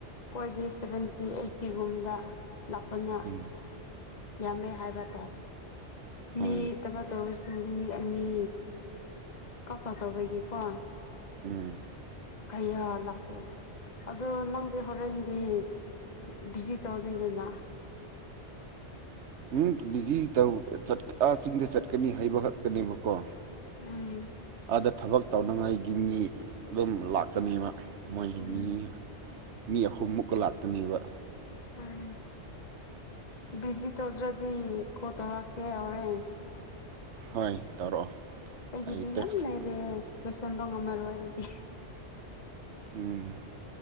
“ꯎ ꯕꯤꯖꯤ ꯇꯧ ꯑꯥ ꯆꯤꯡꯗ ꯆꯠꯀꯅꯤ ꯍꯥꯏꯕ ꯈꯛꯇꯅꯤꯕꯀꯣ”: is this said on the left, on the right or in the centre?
Right